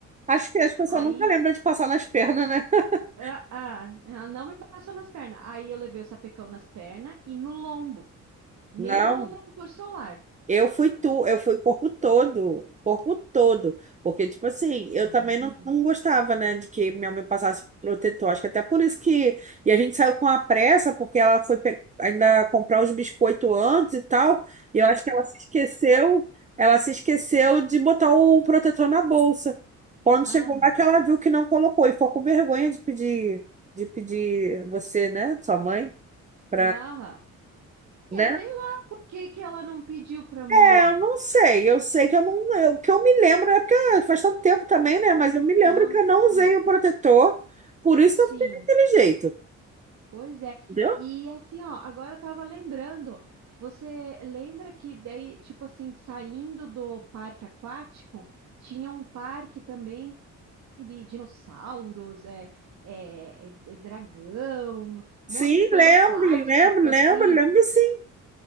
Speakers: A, on the right; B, on the right.
A: Acho que as pessoas
B: Aí,
A: nunca lembram de passar nas pernas, né? <laughs>
B: ah, ah, ela não me passou nas pernas. Aí eu levei o sapecão nas pernas e no lombo. Mesmo
A: Não.
B: com protetor solar.
A: Eu fui tu, eu fui corpo todo, corpo todo, porque tipo assim,
B: Menina.
A: eu também não, não gostava, né, de que minha mãe passasse protetor, acho que até por isso que, e a gente saiu com a pressa, porque ela foi pe- ainda comprar os biscoitos antes e tal, e eu acho que ela se esqueceu, ela se esqueceu de botar o protetor na bolsa, quando
B: Aham.
A: chegou lá que ela viu que não colocou, e ficou com vergonha de pedir, de pedir você, né, sua mãe, pra,
B: Aham.
A: né?
B: É, sei lá por que que ela não pediu pra mãe.
A: É, eu não sei. Eu sei que eu não. eu- o que eu me lembro é porque ah, faz tanto tempo também, né? Mas
B: Aham.
A: eu me lembro que eu não usei
B: É.
A: o protetor, por isso
B: Sim.
A: que eu fiquei daquele jeito,
B: Pois é.
A: entendeu?
B: E assim, ó, agora eu tava lembrando. Você lembra que daí, tipo assim, saindo do parque aquático, tinha um parque também de dinossauros, é, é, é, d- dragão, um
A: Sim,
B: monte de coisa
A: lembro,
B: de plástico,
A: lembro, lembro,
B: assim.
A: lembro sim.